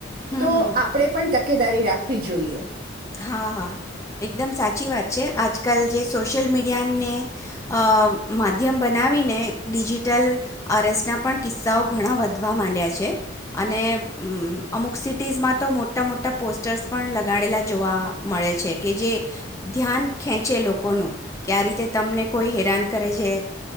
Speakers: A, on the left (about 15°); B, on the right (about 50°).
A: હમ
B: તો
A: હમ
B: આપડે પણ તકેદારી રાખવી જોઈએ
A: હા હા એકદમ સાચી વાત છે આજકાલ જે સોશિયલ મીડિયાને માધ્યમ બનાવીને ડિજિટલ અરેસના પણ કિસ્સાઓ ઘણા વધવા માંડ્યા છે અને અમુક સિટીઝમાં તો મોટા મોટા પોસ્ટર્સ પણ લગાડેલા જોવા મળે છે. કે જે ધ્યાન ખેંચે લોકોનું કે આ રીતે તમને કોઈ હેરાન કરે છે